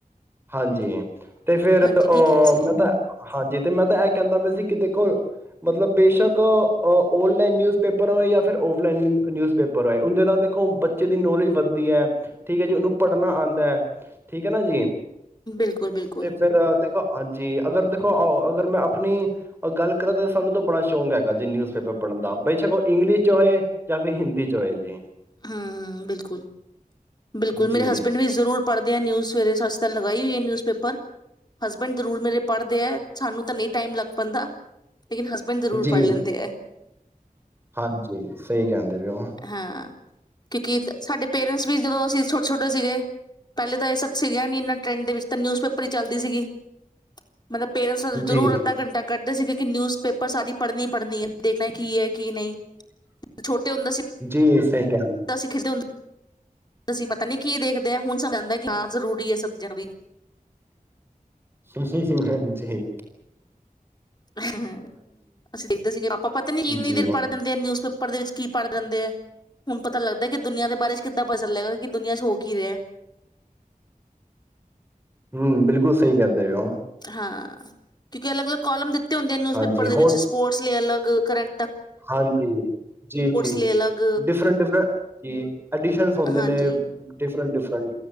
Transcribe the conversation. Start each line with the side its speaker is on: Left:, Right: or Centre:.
Right: ਹਾਂਜੀ ਤੇ ਫੇਰ
Left: ਹਾਂਜੀ
Right: ਅਹ
Left: ਕੀ ਕਹਿ ਰਹੇ ਸੀਗੇ?
Right: ਮੈਂ ਤਾਂ ਹਾਂਜੀ ਤੇ ਮੈਂ ਤਾਂ ਕਹਿੰਦਾ ਪਇਆ ਸੀ ਕਿ ਦੇਖੋ ਮਤਲਬ ਬੇਸ਼ਕਹ ਓਡਲਾਈਨ ਨਿਊਜ਼ ਪੇਪਰ ਹੋਏ ਜਾਂ ਫਿਰ ਔਫਲਾਈਨ ਨਿਊਜ਼ ਪੇਪਰ ਹੋਏ ਉਹਦੇ ਨਾਲ ਦੇਖੋ ਬੱਚੇ ਦੀ ਨੌਲੇਜ ਵੱਧਦੀ ਹੈ ਠੀਕ ਹੈ ਜੀ ਉਹਨੂੰ ਪੜ੍ਹਨਾ ਆਉਂਦਾ ਹੈ ਠੀਕ ਹੈ ਨਾ ਜੀ।
Left: ਬਿਲਕੁਲ, ਬਿਲਕੁਲ
Right: ਤੇ ਫਿਰ ਦੇਖੋ ਹਾਂਜੀ ਅਗਰ ਦੇਖੋ ਅਗਰ ਮੈਂ ਆਪਣੀ ਗੱਲ ਕਰਾਂ ਤਾਂ ਸਾਨੂੰ ਤਾਂ ਬੜਾ ਸ਼ੌਕ ਹੈਗਾ ਜੀ ਨਿਊਜ਼ਪੇਪਰ ਪੜ੍ਹਨ ਦਾ ਬੇਸ਼ੱਕ ਉਹ ਇੰਗਲਿਸ਼ ਚ ਹੋਏ ਜਾਂ ਫਿਰ ਹਿੰਦੀ ਚ ਹੋਏ ਜੀ।
Left: ਹਮ-ਹਮ ਬਿਲਕੁਲ-ਬਿਲਕੁਲ
Right: ਜੀ
Left: ਮੇਰੇ ਹਸਬੈਂਡ ਵੀ ਜ਼ਰੂਰ ਪੜ੍ਹਦੇ ਆ ਨਿਊਜ਼ ਸਵੇਰੇ <unintelligible> ਲਗਾਈ ਹੋਈ ਏ। ਨਿਊਜ਼ ਪੇਪਰ ਹਸਬੈਂਡ ਜ਼ਰੂਰ ਮੇਰੇ ਪੜ੍ਹਦੇ ਹੈ। ਸਾਨੂੰ ਤਾਂ ਨਹੀਂ ਟਾਈਮ ਲੱਗ ਪਾਂਦਾ। ਲੇਕਿਨ ਹਸਬੈਂਡ ਜ਼ਰੂਰ
Right: ਜੀ
Left: ਪੜ੍ਹ ਲੈਂਦੇ ਆ।
Right: ਹਾਂਜੀ ਸਹੀ ਕਹਿੰਦੇ ਵੀ ਉਹ।
Left: ਹਾਂ। ਕਿਉਂਕਿ ਸਾਡੇ ਪੇਰਟਸ ਵੀ ਜਦੋਂ ਅਸੀ ਛੋ ਛ ਸੀਗੇ ਪਹਿਲੇ ਤਾਂ ਇਹ ਸਭ ਸੀਗੇ ਨੀ ਇਹਨਾਂ ਟਰੈਂਡ ਦੇ ਵਿੱਚ ਤਾਂ ਨਿਊਜ਼ਪੇਪਰ ਹੀ ਚੱਲਦੀ ਸੀਗੀ। ਮਤਲਬ ਪੇਰੈਂਟਸ, ਜ਼ਰੂਰ
Right: ਜੀ
Left: ਅੱਧਾ ਘੰਟਾ ਕਢ ਦੇ ਸੀ ਗੇ। ਨਿਊਜ਼ ਪੇਪਰ ਸਾਰੀ ਪੜਨੀ ਹੀ ਪੜ੍ਹਨੀ ਹੈ, ਦੇਖਣਾ ਕੀ ਹੈ, ਕੀ ਨਹੀਂ, ਛੋਟੇ ਹੁੰਦੇ ਸੀ
Right: ਜੀ। ਏਈ ਕਿਆ ਸੀ।
Left: ਤਾਂ ਅਸੀਂ ਪਤਾ ਨੀ ਕੀ ਦੇਖਦੇ ਆ, ਹੁਣ ਸਮਝ ਆਂਦਾ ਕਿ ਜ਼ਰੂਰੀ ਹੈ, ਸਬਜ਼ੀਆਂ ਵੀ।
Right: ਅਸੀਂ ਸਿੰਪ-ਜੀ
Left: ਹਮ ਅਸੀਂ ਦੇਖਦੇ ਸੀਗੇ, ਆਪਾ ਪਤਾ ਨੀ ਇੰਨੀ
Right: ਜੀ
Left: ਦੇਰ ਪੜ੍ ਦਿੰਦੇ, ਨਿਊਜ਼ਪੇਪਰ। ਉਪਰ ਦੇ ਵਿੱਚ ਕੀ ਪੜ੍ਹ ਦੰਦੇ ਆ, ਹੁਣ ਪਤਾ ਲੱਗਦਾ ਕਿ, ਦੁਨੀਆਂ ਦੇ ਬਾਰੇ ਚ ਕਿੱਦਾਂ ਪਤਾ ਚੱਲਿਆਗਾ ਕਿ ਦੁਨੀਆਂ ਚ ਹੋ ਕੀ ਰਿਹਾ।
Right: ਹੁੰ। ਬਿਲਕੁਲ, ਸਹੀ ਕਹਿੰਦੇ ਓ।
Left: ਹਾਂ, ਕਿਉਂਕਿ ਅਲੱਗ- ਅਲੱਗ ਕੌਲਮ ਦਿੱਤਾ। ਹੁੰਦੇ ਨ, ਨਿਊਜ਼ਪੇਪਰ
Right: ਹਾਂਜੀ
Left: ਦੇ
Right: ਹੋਰ
Left: ਵਿੱਚ ਸਪੋਰਟਸ ਲਈ ਅਲਗ, ਗਕਰੈਂਨ
Right: ਹਾਂਜੀ। ਜੀ- ਜੀ
Left: ਲਈ ਅਲੱਗ
Right: ਡਿਫਰਂਟ- ਡਿਫਰ ਜੀ। ਅਲਡੀਸ਼ਨ ਹੁੰਦੇ
Left: ਹਾਂਜੀ
Right: ਨੇ। ਡਿਫਰਂਟ-ਡਿਫਰੇਂਟ।